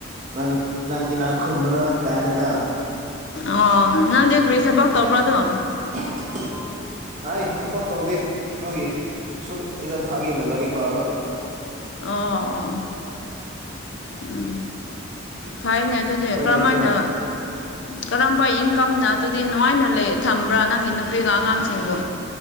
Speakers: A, on the right; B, on the left.
A: ꯅꯪ ꯅꯪ ꯏꯅꯥꯛ ꯈꯨꯟꯕ꯭ꯔꯥ ꯀꯥꯏꯅꯥꯒ
B: ꯑꯣ ꯅꯪꯗꯤ ꯀꯔꯤ ꯊꯕꯛ ꯇꯧꯕ꯭ꯔꯣ ꯑꯗꯣ
A: <inaudible> ꯑꯩ ꯊꯕꯛ ꯇꯧꯗꯦ ꯀꯩꯅꯣꯒꯤ ꯁꯨꯝ ꯑꯦꯛꯖꯝ ꯊꯥꯒꯦꯅ ꯂꯥꯏꯔꯤꯛ ꯄꯥꯕ
B: ꯑꯣ ꯑꯣ ꯎꯝ ꯐꯥꯏꯅꯦ ꯑꯗꯨꯗꯤ
A: ꯎꯄꯥꯏ
B: ꯀꯔꯝꯃꯥꯏꯅ
A: ꯂꯩꯇ꯭ꯔꯦꯅꯦ ꯎꯝ
B: ꯀꯔꯝꯕ ꯏꯟꯀꯝꯅ ꯑꯗꯨꯗꯤ ꯅꯨꯡꯉꯥꯏꯅ ꯂꯩ ꯊꯝꯕ꯭ꯔꯥ ꯅꯪꯒꯤ ꯅꯨꯄꯤꯒ ꯑꯉꯥꯡꯁꯤꯡꯕꯨ